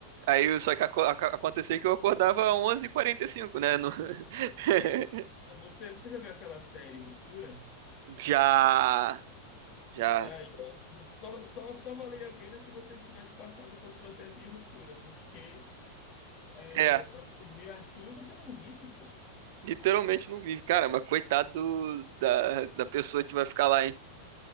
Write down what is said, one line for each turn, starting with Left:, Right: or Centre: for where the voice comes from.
Right: Aí só que aco- aca- aconteceu que eu acordava onze e quarenta e cinco né? no- <laughs>
Left: Aí Você, você já viu aquela série Ruptura?
Right: Já. Já.
Left: É Aí, ó, <laughs> só, só, só valeria a pena se você tivesse passado pelo processo de ruptura, porque é,
Right: É,
Left: pra viver assim você não vive, pô.
Right: literalmente não vive. Cara, mas coitado do- da, da pessoa que vai ficar lá, hein?